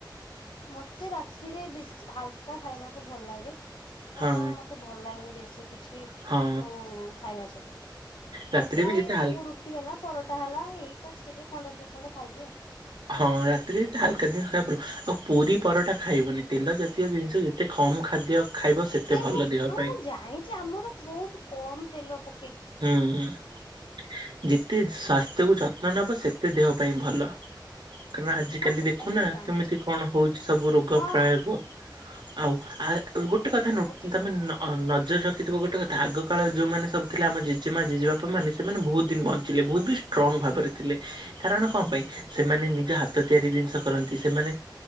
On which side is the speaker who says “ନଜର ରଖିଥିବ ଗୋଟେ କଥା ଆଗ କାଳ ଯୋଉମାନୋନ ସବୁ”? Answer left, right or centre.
Right